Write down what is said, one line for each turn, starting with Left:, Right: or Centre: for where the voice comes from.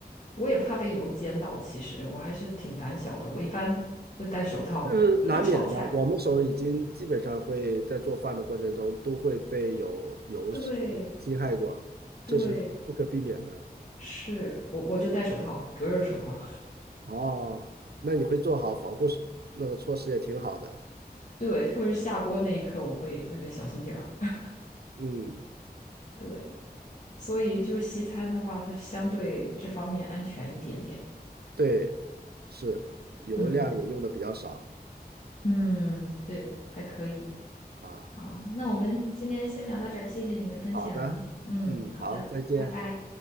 Left: 我也怕被油煎到，其实我还是挺胆小的，我一般会戴手套
Right: 这是难免的。
Left: <laughs> 炒菜。
Right: 我们手已经基本上会在做饭的过程中都会被有有是侵害过，
Left: 对对，
Right: 这是不可避免的。
Left: 是我我就戴手套，隔热手套。
Right: 哦，那你会做好防护措那个措施也挺好的，
Left: <laughs> 对，特别是下锅那一刻，我会那个小心点儿。<laughs>
Right: 嗯，
Left: 对，所以就是西餐的话，它相对这方面安全一点点。
Right: 对，是油量也用的比较少
Left: 嗯嗯，对，还可以。
Right: 啊。
Left: 好，那我们今天先聊到这儿，谢谢你的分享。
Right: 好的，
Left: 嗯，
Right: 嗯，
Left: 好的，
Right: 好，再见。
Left: 拜拜。